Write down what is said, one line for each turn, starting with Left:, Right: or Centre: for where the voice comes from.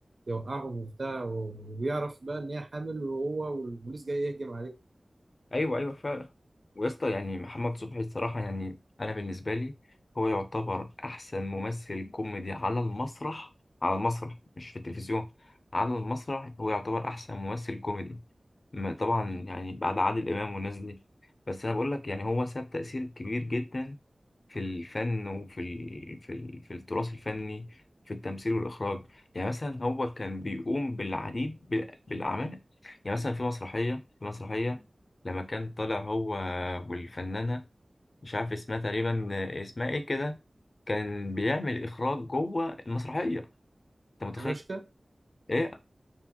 Right: يوقعهم وبتاع وبيعرف بقى ان هي حامل وهو والبوليس جاي يهجم عليه
Left: ايوه ايوه فعلا ويا اسطى يعني محمد صبحي الصراحة يعني انا بالنسبة لي هو يعتبر احسن ممثل كوميدي على المسرح على المسرح مش في التلفزيون على المسرح هو يعتبر احسن ممثل كوميدي ما- طبعا يعني بعد عادل امام والناس دي بس انا بقول لك يعني هو ساب تأثير كبير جدا في الفن وفي ال... في ال... في التراث الفني في التمثيل والإخراج يعني مثلا هو كان بيقوم بالعديد بال- بالأعمال يعني مثلا في مسرحية في مسرحية لما كان طالع هو والفنانة مش عارف اسمها تقريبا اسمها ايه كده كان بيعمل إخراج جوه المسرحية أنت متخيل؟
Right: أنوشكا
Left: ايه